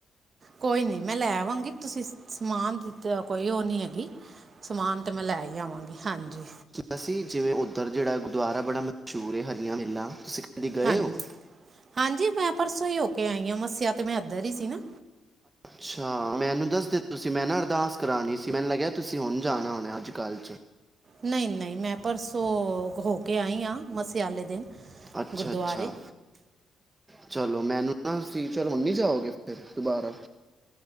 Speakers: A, on the right (about 40°); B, on the right (about 20°).
A: ਕੋਈ ਨਹੀਂ ਮੈਂ ਲੈ ਆਵਾਂਗੀ, ਤੁਸੀਂ ਸਮਾਨ ਦੀ ਕੋਈ ਉਹ ਨਹੀਂ ਹੈਗੀ ਸਮਾਨ ਤਾਂ ਮੈਂ ਲੈ ਹੀ ਆਵਾਂਗੀ, ਹਾਂਜੀ।
B: ਅਸੀਂ, ਜਿਵੇਂ ਉੱਧਰ ਜਿਹੜਾ ਗੁਰਦੁਆਰਾ ਬੜਾ ਮਸ਼ਹੂਰ ਹੈ। ਹਰੀਆਂ ਮੇਲਾ, ਤੁਸੀਂ ਕਦੀ ਗਏ
A: ਹਾਂਜੀ,
B: ਹੋ
A: ਹਾਂਜੀ ਮੈਂ ਪਰਸੋਂ ਹੀ ਹੋ ਕੇ ਆਈ ਹਾਂ, ਮੱਸਿਆ ਤਾਂ ਮੈਂ ਇੱਧਰ ਹੀ ਸੀ ਨਾ।
B: ਅੱਛਾ, ਮੈਨੂੰ ਦੱਸਦੇ ਤੁਸੀਂ ਮੈਂ ਨਾ ਅਰਦਾਸ ਕਰਾਉਣੀ ਸੀ, ਮੈਨੂੰ ਲੱਗਿਆ ਤੁਸੀਂ ਹੁਣ ਜਾਣਾ ਹੋਣਾ, ਅੱਜ ਕੱਲ 'ਚ।
A: ਨਹੀਂ ਨਹੀਂ, ਮੈਂ ਪਰਸੋਂ ਹੋ ਕੇ ਆਈ ਹਾਂ, ਮੱਸੇ ਵਾਲੇ ਦਿਨ
B: ਅੱਛਾ,
A: ਗੁਰਦੁਆਰੇ
B: ਅੱਛਾ। ਚਲੋ, ਮੈਨੂੰ ਨਾਸੀ ਚਲੋ, ਹੁਨ ਨ ਜਾਓਗੇ ਫਿਰ ਦੁਬਾਰਾ?